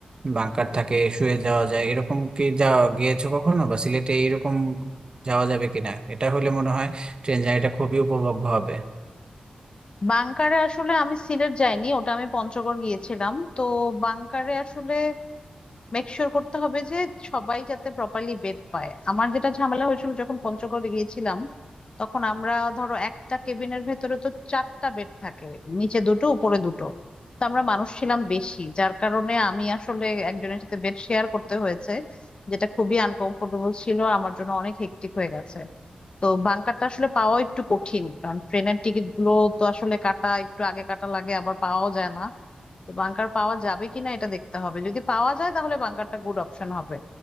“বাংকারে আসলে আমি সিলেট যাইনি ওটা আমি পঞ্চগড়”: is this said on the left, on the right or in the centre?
Left